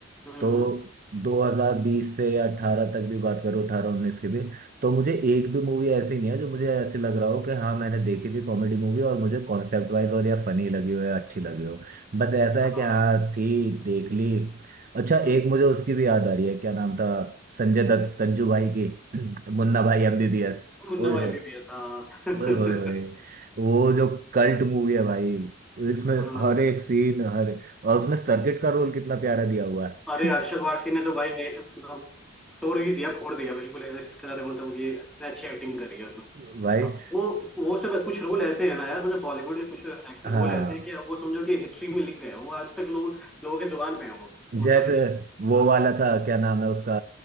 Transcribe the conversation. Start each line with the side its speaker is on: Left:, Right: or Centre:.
Centre: हम्म
Right: तो
Centre: हम्म,
Right: 2020 से या 18 तक भी बात करूँ 18 19 की भी तो मुझे एक भी मूवी ऐसी नहीं है जो मुझे ऐसी लग रहा हो कि हाँ मैंने देखी थी कॉमेडी मूवी और मुझे कॉन्सेप्ट वाइज और या फनी लगी हो या अच्छी लगी हो बस ऐसा
Centre: हाँ
Right: है कि हाँ थी देख ली अच्छा
Centre: हम्म,
Right: एक मुझे उसकी भी याद आ रही है क्या नाम था संजय दत्त संजू भाई की <clears throat> मुन्ना भाई एमबीबीएस
Centre: मुन्ना
Right: ओए
Centre: भाई
Right: होए
Centre: एमबीबीएस हाँ
Right: ओए होए होए
Centre: <laughs>
Right: वो जो कल्ट मूवी है भाई इसमें
Centre: हम्म
Right: हर एक सीन हर और उसमें सर्किट का रोल कितना प्यारा दिया हुआ है
Centre: अरे अरशद
Right: <laughs>
Centre: वारसी ने तो भाई ने मतलब तोड़ ही दिया फोड़ दिया बिल्कुल ऐसा इसके साथ मतलब ये इसने अच्छी एक्टिंग करी है उसमें
Right: भाई
Centre: वो वो सब कुछ रोल ऐसे है ना यार मतलब बॉलीवुड के कुछ
Right: हाँ
Centre: रोल ऐसे हैं कि वो समझो कि हिस्ट्री में लिख गए हैं। वो आज तक लोग लोगों के जुबान पे है वो मतलब
Right: जैसे
Centre: इस
Right: वो
Centre: हाँ
Right: वाला था क्या नाम है उसका